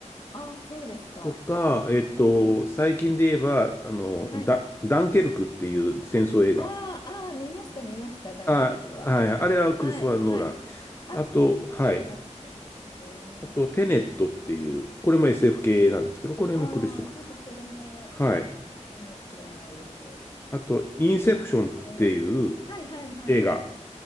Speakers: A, on the left (about 35°); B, on the left (about 20°).
A: ああ、そうですか。
B: とか、
A: えー、
B: えっと、最近で言えば、あの、
A: はい。
B: ダ、ダンケルクっていう戦争映画。
A: ああああ見ました、見ました、ダンケルクは。
B: あ、はい、あれはクリストファー・
A: はい、はい。
B: ノーラン。
A: あ、
B: あと、はい。
A: そうだったんですね。
B: あと、テネットっていう、これも SF 系なんですけど、これもクリストフ
A: ああ、ちょっとそれは、
B: ァー。はい。
A: あの、知らないです。
B: あと、インセプションっていう
A: えー、はいはいはいはい。
B: 映画。